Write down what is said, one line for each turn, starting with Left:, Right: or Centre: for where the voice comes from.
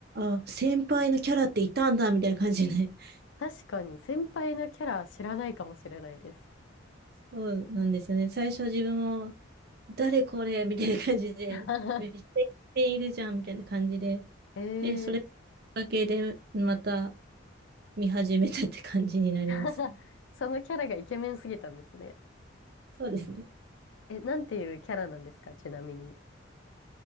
Right: あ、先輩のキャラっていたんだみたいな感じで、<laughs>
Left: 確かに先輩のキャラ知らないかもしれないです。
Right: そうなんですよね。最初自分も、誰これみたいな感じで、
Left: <laughs>
Right: めっちゃいるじゃんみたいな感じで、
Left: えー、
Right: で、それだけでまた見始めたって感じになりますね。
Left: <laughs> そのキャラがイケメンすぎたんですね。
Right: そうですね。
Left: え、なんていうキャラなんですか、ちなみに。